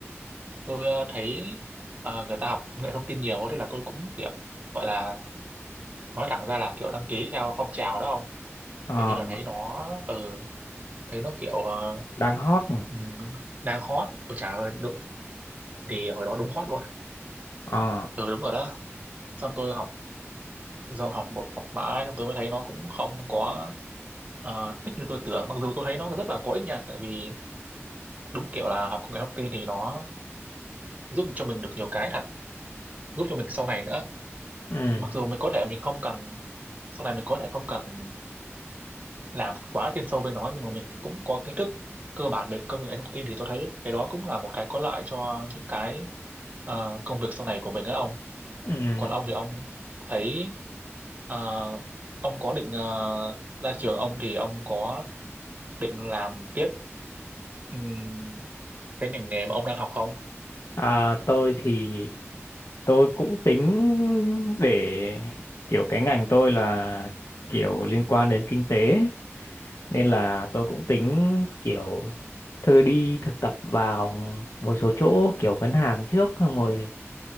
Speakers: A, on the right; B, on the left.
A: tôi ờ, thấy ờ, người ta học công nghệ thông tin nhiều thế là tôi cũng kiểu gọi là nói thẳng ra là kiểu đăng ký theo phong trào đó không
B: Ờ,
A: kiểu như là thấy nó ừ thấy nó kiểu ờ,
B: đang hot
A: ừm, đang hot Ôi trời ơi đúng, thì hồi đó đúng hot luôn
B: Ờ,
A: ừ đúng rồi đó xong tôi học rồi học một học mãi xong tôi mới thấy nó cũng không có ờ, thích như tôi tưởng mặc dù tôi thấy nó rất là có ích nha tại vì đúng kiểu là học công nghệ thông tin thì nó giúp cho mình được nhiều cái thật giúp cho mình sau này nữa
B: ừ.
A: mặc dù mình có thể mình không cần sau này mình có thể không cần làm quá chuyên sâu bên nó nhưng mà mình cũng có kiến thức cơ bản về công nghệ thông tin thì tôi thấy cái đó cũng là một cái có lợi cho những cái ờ, công việc sau này của mình á ông
B: Ừ.
A: còn ông thì ông thấy ờ, ông có định ờ, ra trường ông thì ông có định làm tiếp ừm, cái ngành nghề mà ông đang học không
B: À, tôi thì tôi cũng tính để kiểu cái ngành tôi là kiểu liên quan đến kinh tế nên là tôi cũng tính kiểu thử đi thực tập vào một số chỗ kiểu ngân hàng trước xong rồi